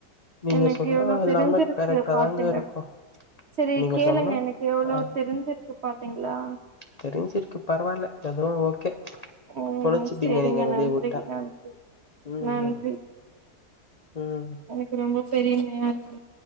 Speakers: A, on the left; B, on the right.
A: நீங்க
B: எனக்கு
A: சொன்னா
B: எவ்ளவு
A: எல்லாமே
B: தெரிஞ்சிருக்கு
A: கரெக்டா
B: பாத்துங்க
A: தாங்க இருக்கும்
B: செரி
A: நீங்க
B: கேளுங்க
A: சொன்னா
B: எனக்கு எவ்வளோ
A: ஆ
B: தெரிஞ்சிருக்கு பாத்தீங்களா
A: தெரிஞ்சிருக்கு பரவால்ல எதுவோ ஓகே
B: ம்
A: பொழச்சுப்பீங்க
B: செரிங்க
A: நீங்க வெளிய
B: நன்றிங்க
A: உட்டா
B: நன்றி
A: ம்
B: நன்றி
A: ம் ம்
B: எனக்கு ரொம்ப பெரிமையா இருக்கு